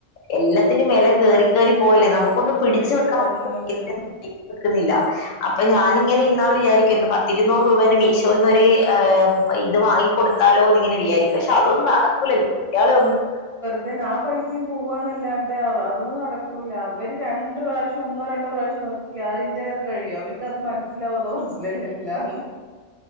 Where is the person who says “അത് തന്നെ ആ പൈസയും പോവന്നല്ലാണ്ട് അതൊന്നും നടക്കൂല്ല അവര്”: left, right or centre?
Right